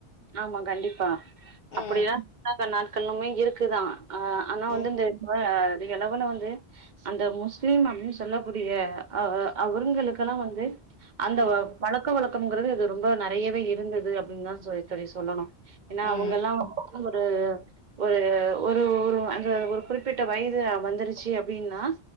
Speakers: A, on the right (about 45°); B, on the left (about 45°).
A: ஆமா கண்டிப்பா அப்டியெல்லா
B: ம்
A: பண்ணாதனால் க்கல்லுமே இருக்குதா ஆஹ் ஆனா
B: ம்
A: வந்து இந்த எழவுல வந்து அந்த முஸ்லீம் அப்படின்னு சொல்லக்கூடிய அஹ அ அவருங்கக்கெல்லா வந்து அந்த
B: ம்
A: பழக்க வழக்கம்ங்கிறது இது ரொம்ப நிறயவே இருந்தது அப்படின்னுதா சொல் தோழி சொல்லணு ஏனா
B: ம்
A: அவுங்கெல்லா வந்துட்டு ஒரு ஒரு ஒரு ஒரு அந்த ஒரு குறிப்பிட்ட வயது வந்துருச்சு அப்படின்னா